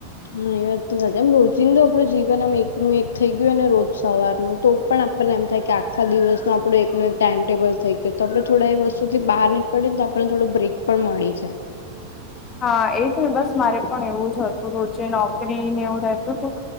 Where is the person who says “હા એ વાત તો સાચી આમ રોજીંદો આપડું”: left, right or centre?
Left